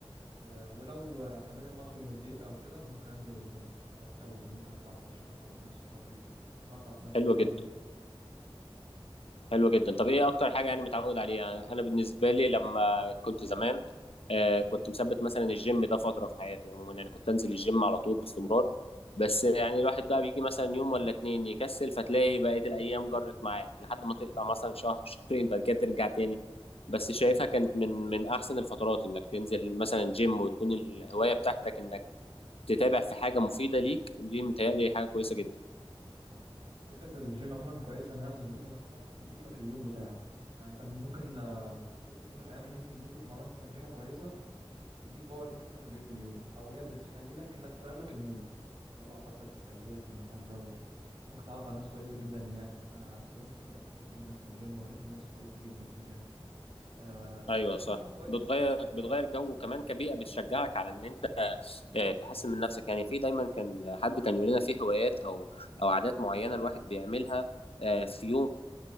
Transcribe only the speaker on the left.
حلو
جدا حلو
جدا طب ايه اكتر حاجه يعني متعود عليها انا بالنسبه لي لما كنت زمان آه كنت مثبت مثلا الجيم ده فتره في حياتي عموما يعني كنت انزل الجيم على طول باستمرار بس يعني الواحد بقى بيجي مثلا يوم ولا اتنين يكسل فتلاقي بقيه الايام جرت معاك لحد ما تقطع مثلا شهر شهرين بعد كده ترجع تاني بس
شايفها
كانت من من احسن الفترات انك تنزل مثلا جيم وتكون الهوايه بتاعتك انك تتابع في حاجه مفيده ليك دي متهيألي حاجه كويسه جدا
ايوه
صح
بتغير
بتغير جو وكمان كبيئه بتشجعك على ان انت آه، تحسن من نفسك يعني في دايما كان حد كان يقول لنا في هوايات او او عادات معينه الواحد بيعملها آه، في